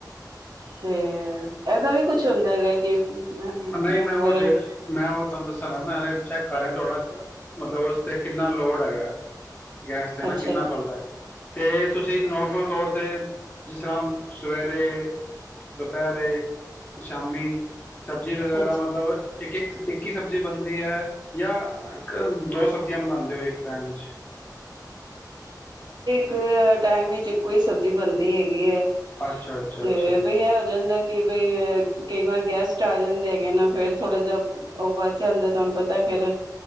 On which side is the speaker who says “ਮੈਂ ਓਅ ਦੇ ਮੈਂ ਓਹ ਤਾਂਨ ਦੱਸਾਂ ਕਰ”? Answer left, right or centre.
Left